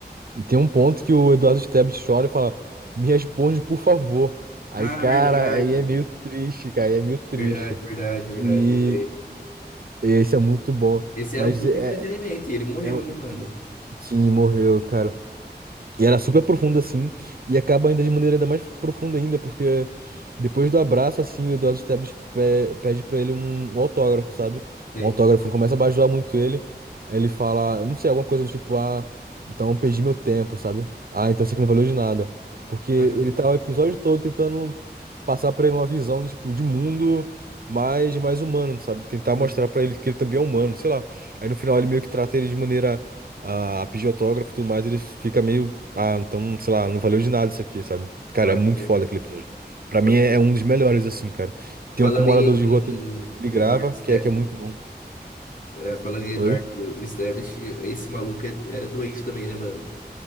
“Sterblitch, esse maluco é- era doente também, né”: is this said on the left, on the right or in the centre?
Left